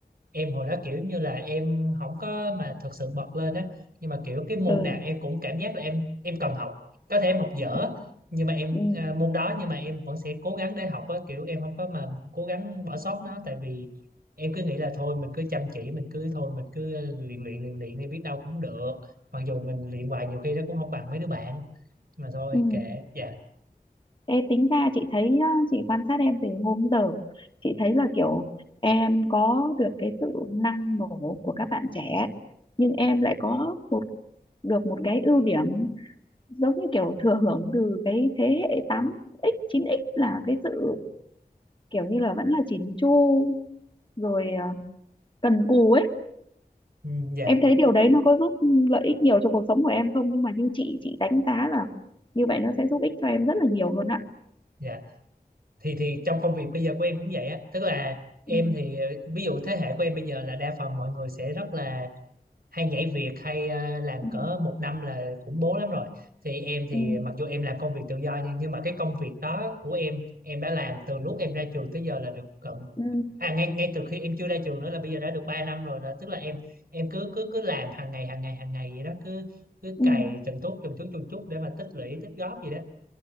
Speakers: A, on the right; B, on the left.
A: em hồi đó kiểu như là em không có mà thật sự bật lên á nhưng mà kiểu cái môn
B: ừ
A: nào em cũng cảm giác là em em cần học có thể em học dở
B: ừ
A: nhưng mà em
B: ừ
A: à, môn đó nhưng mà em vẫn sẽ cố gắng để học á kiểu em không có mà cố gắng bỏ sót nó tại vì em cứ nghĩ là thôi mình cứ chăm chỉ mình cứ thôi mình cứ luyện luyện luyện luyện đi biết đâu cũng được mặc dù mình luyện hoài nhiều khi nó cũng không bằng mấy đứa bạn mà thôi
B: ừ
A: kệ dạ
B: Ê, tính ra chị thấy á, chị quan sát em từ hôm giờ chị thấy là kiểu em có được cái sự năng nổ của các bạn trẻ nhưng em lại có được một cái ưu điểm giống như kiểu thừa hưởng từ cái thế hệ tám x chín x là cái sự kiểu như là vẫn là chỉn chu rồi à, cần cù ấy
A: ừ, dạ
B: em thấy điều đấy nó có giúp lợi ích nhiều cho cuộc sống của em không nhưng mà như chị chị đánh giá là như vậy nó sẽ giúp ích cho em rất là nhiều luôn ạ
A: dạ thì thì trong công việc bây giờ của em cũng vậy á tức là em
B: ừ,
A: thì ờ, ví dụ thế hệ của em bây giờ là đa phần mọi người sẽ rất là hay nhảy việc hay ờ, làm
B: ừ,
A: cỡ một năm là khủng bố lắm rồi thì em thì
B: ừ,
A: mặc dù em làm công việc tự do nhưng nhưng mà cái công việc đó của em em đã làm từ lúc em ra trường tới giờ là được gần
B: ừ,
A: à ngay ngay từ khi em chưa ra trường nữa là bây giờ đã được 3 năm rồi là tức là em em cứ cứ cứ làm hàng ngày hàng ngày hàng ngày vậy đó cứ cứ
B: ừ.
A: cày từng chút từng chút từng chút để mà tích lũy tích góp gì đó